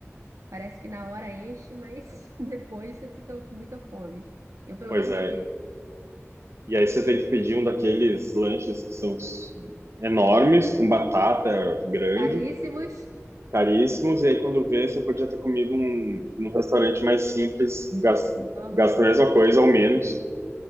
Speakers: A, on the right; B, on the right.
A: Parece que na hora enche, mas <laughs> depois você fica com muita fome. Eu pelo
B: Pois
A: menos
B: é,
A: fico.
B: E aí você tem que pedir um daqueles lanches que são s- enormes, com batata grande,
A: Caríssimos.
B: caríssimos. E aí quando vê, você podia ter comido um, num restaurante mais simples, gas-
A: Aham.
B: gastando a mesma coisa ou menos.